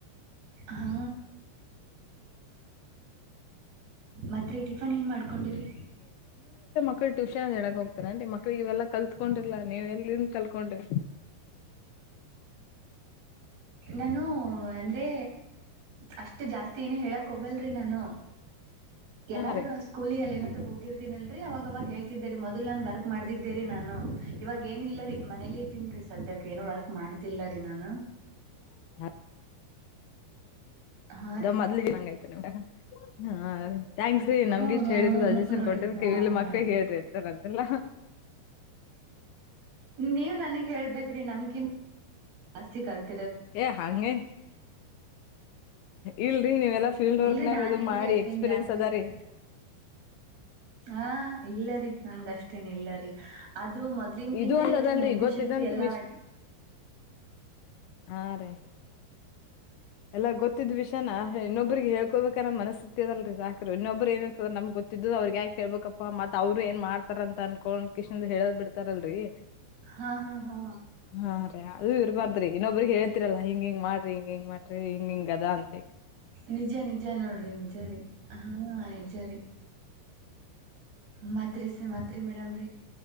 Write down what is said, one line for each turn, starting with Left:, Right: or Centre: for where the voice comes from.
Right: ಹಾ. ಮತ್ ರೀ ಟಿಫನ್ ಏನ್ ಮಾಡ್ಕೊಂಡಿರಿ.
Left: ಮಕ್ಕಳಗೆ ಟ್ಯೂಷನ್ ಹೇಳಕ್ ಹೋಗ್ತಾರೆ ಅ ಮಕ್ಳಿಗೆ ಇವೆಲ್ಲ ಕಲ್ತ್ಕೊಂಡರ್ಲ ನೀವು ಎಲ್ಲಿಂದ ಕಲ್ಕೊಂಡ್ರಿ
Right: ನಾನು ಅಂದ್ರೆ ಅಷ್ಟು ಜಾಸ್ತಿ ಏನು ಹೇಳಕ್ ಹೋಗ. ಹಲ್ರಿ ನಾನು. ಎಲ್ಲಾದ್ರೂ
Left: ಹಾ ರೀ
Right: ಸ್ಕೂಲಿಗಳಲ್ಲಿ ಏನಾದ್ರು ಹೋಗಿರ್ತೀನಲ್ರರಿ ಅವಾಗವಾಗ ಹೇಳ್ ಹೇಳ್ತಿದ್ದೆ ರೀ ಮೊದಲ್ ನಾನು ವರ್ಕ್ ಮಾಡ್ತಿದ್ದೇ ರೀ ನಾನು ಇವಾಗ ಏನು ಇಲ್ಲ ರೀ ಮನೇಲಿ ಇದ್ದೀನ್ ರೀ ಸದ್ಯಕ್ಕೆ ಏನು ವರ್ಕ್ ಮಾಡ್ತಿಲ್ಲ ರೀ ನಾನು
Left: ಹ್ಮ.
Right: ಹಾ
Left: ಅದ
Right: ರೀ
Left: ಮೊದಲಿಗೆ ಹಂಗಯತ ನಿಮ್ಮ್ ದಾ. ಹಾ. ಥ್ಯಾಂಕ್ಸ್ ರೀ ನಮಗಿಸ್ಟ್
Right: ಹ್ಮ್ ಹ್ಮ್
Left: ಹೇಳದ್ಕೆ
Right: ಹ್ಮ್
Left: ಸಜೆಷನ್
Right: ಹ್ಮ್ ನೋಡ್ರಿ
Left: ಕೊಟ್ಟದಿಕ್ಕೇ
Right: ಹ್ಮ್
Left: ಇಲ್ಲಿ
Right: ಹ್ಮ್
Left: ಮಕ್ಳಿಗೆ ಹೇಳ್ರಿ ಎಂತಲ್ಲ ಅಂತಲ್ಲ.
Right: ನೀವ್ ನನ್ಗ್ ಹೇಳ್ಬೇಕ್ರಿ ನಮಕಿಂತ. ಜಾಸ್ತಿ ಕಲ್ತ್.
Left: ಏ ಹಂಗಗೆ ಇಲ್ರಿ ನೀವೆಲ್ಲಾ ಫೀಲ್ಡ್
Right: ಇಲ್ರಿ
Left: ವರ್ಕ್ನಾಗ
Right: ನಾನೇನ್ರಿ
Left: ಇದು ಮಾಡಿ
Right: ಅಷ್ಟೇನ್
Left: ಎಕ್ಸ್ಪೀರಿಯನ್ಸ್
Right: ಜಾಸ್ತಿ
Left: ಅದಾ
Right: ಕಲ್ತ್
Left: ರೀ.
Right: ಹಾ ಇಲ್ಲರಿ ನನ್ಗ ಅಷ್ಟೇನ್ ಇಲ್ಲರಿ. ಆದ್ರರು ಮೊದ್ಲಿನ್ ಕಿಂತ
Left: ಇದು ಒಂದ್
Right: ಈಗ
Left: ಅದಲ್ರಿ
Right: ಅಷ್ಟು ನೆನಪಿನ
Left: ಗೊತ್ತಿದ್ದಂತ
Right: ಶಕ್ತಿ ಅಲ್ಲಾ
Left: ವಿಷ್
Right: ಇದು
Left: ಹಾ ರೀ. ಎಲ್ಲಾ ಗೊತ್ತಿದ್ ವಿಷಯಾನ ಇನ್ನೊಬ್ರಿಗೆ ಹೇಳ್ಕೋಬೇಕನ್ನ ಮನಸ್ಸತ್ತದಲ್ರರಿ ಸಾಕು ಇನ್ನೊಬ್ರು ಏನ ಇರ್ತದ ನಮ್ ಗೊತ್ತಿದ್ದು ಅವ್ರಿಗೆ ಯಾಕ್ ಹೇಳ್ಬೇಕಪ್ಪ ಮತ್ ಅವ್ರು ಏನ್ ಮಾಡ್ತಾರ ಅನ್ಕೊಂಡ್ ಕಿಷ್ಣನ್ದು ಹೇಳದ್ ಬಿಡ್ತಾರಲ್ರರಿ.
Right: ಹಾ ಹಾ ಹಾ
Left: ಹಾ ರ ಅದು ಇರಬಾರ್ದ್ರಿ. ಇನ್ನೊಬ್ರರಿಗೆ ಹಳ್ತಿರಲ್ಲಾ ಹಿಂಗ್ ಹಿಂಗ್ ಹಿಂಗ್ ಮಾಡ್ರಿ ಹಿಂಗಿ ಮಾಡ್ರಿ. ರೀ ಹಿಂಗ ಹಿಂಗ ಅದ ಅಂತ.
Right: ನಿಜ ನಿಜ ನೋಡ್ರಿ ನಿಜ ರೀ ಹಾ ನಿಜ ರೀ ಮತ್ರಿ ಸ ಮತ್ರಿ ಮೇಡಮ್ ರರಿ